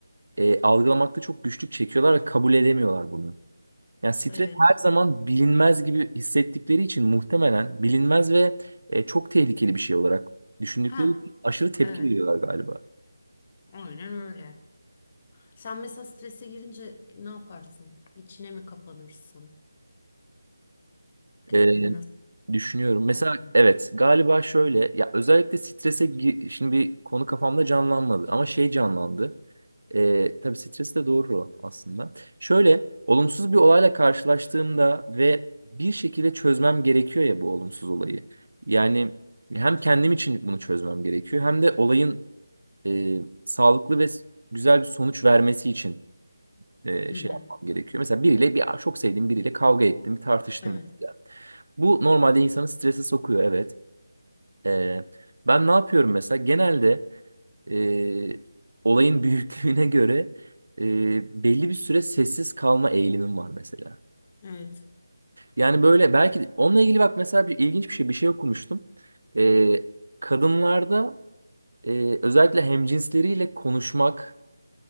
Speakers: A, on the right (about 65°); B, on the left (about 25°).
A: e, algılamakta çok güçlük çekiyorlar ve kabul edemiyorlar bunu. Yani stres
B: Evet.
A: her zaman bilinmez gibi hissettikleri için muhtemelen bilinmez ve e, çok tehlikeli bir şey olarak düşündükleri
B: Ha,
A: için aşırı tepki
B: evet.
A: veriyorlar galiba.
B: Aynen öyle. Sen mesela strese girince ne yaparsın? İçine mi kapanırsın? Kendini
A: E,
B: nasıl
A: düşünüyorum.
B: telkin
A: Mesela
B: eder?
A: evet galiba şöyle ya özellikle strese gi- şimdi bir konu kafamda canlanmadı ama şey canlandı. E, tabii stres de doğru o aslında. Şöyle olumsuz bir olayla karşılaştığımda ve bir şekilde çözmem gerekiyor ya bu olumsuz olayı. Yani hem kendim için bunu çözmem gerekiyor hem de olayın e, sağlıklı ve s- güzel bir sonuç vermesi için e,
B: Hı
A: şey
B: hı.
A: yapmam gerekiyor. Mesela biriyle bir çok sevdiğim biriyle kavga ettim, bir tartıştım.
B: Evet.
A: Yani bu normalde insanı strese sokuyor evet. E, ben ne yapıyorum mesela? Genelde e, olayın <laughs> büyüklüğüne göre e, belli bir süre sessiz kalma eğilimim var mesela.
B: Evet.
A: Yani böyle belki onunla ilgili bak mesela bir ilginç bir şey bir şey okumuştum. E, kadınlarda e, özellikle hemcinsleriyle konuşmak